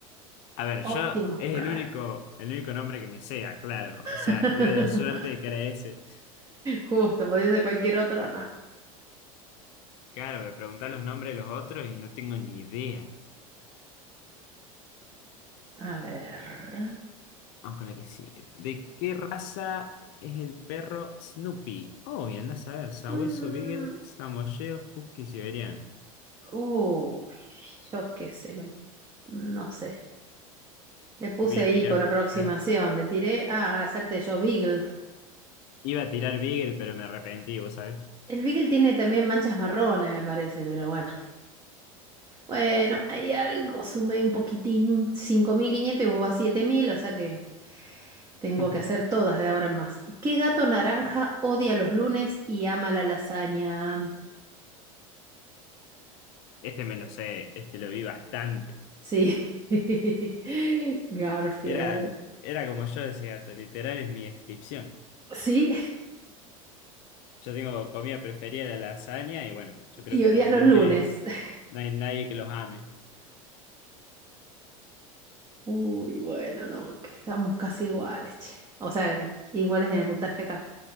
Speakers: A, on the left (about 60°); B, on the right (about 20°).
A: A ver,
B: Optimus
A: yo es
B: Prime.
A: el único, el único nombre que me sea, claro. O sea,
B: <laughs>
A: tuve la suerte de que era ese.
B: Justo, podía ser cualquier otro, no.
A: Claro, me preguntás los nombres de los otros y no tengo ni idea.
B: A ver.
A: Vamos con la que sí. ¿De qué raza es el perro Snoopy? Oh, y anda a saber. Sabueso,
B: Mm,
A: Beagle, Samoyedo, Husky, Siberiano.
B: uy, yo qué sé, me- no sé. Le puse
A: Voy a
B: ahí
A: tirar,
B: por aproximación,
A: pero tirar.
B: le tiré a hacerte yo Beagle.
A: Iba a tirar Beagle, pero me arrepentí, vos sabés.
B: El Beagle tiene también manchas marrones, me parece, pero bueno. Bueno, hay algo, sumé un poquitín, 5.500 y vos vas 7.000, o sea que tengo
A: <laughs>
B: que hacer todas de ahora en más. ¿Qué gato naranja odia los lunes y ama la lasaña?
A: Este me lo sé, este lo vi bastante.
B: Sí, <laughs> Garfield.
A: Era, era como yo decía, gato, literal es mi descripción.
B: Sí,
A: Yo tengo comida preferida la lasaña y bueno, yo creo
B: y
A: que
B: odias
A: las lunes
B: los lunes. <laughs>
A: no hay nadie que los ame.
B: Uy, bueno, no, quedamos casi iguales, che. O sea, iguales en el puntaje acá.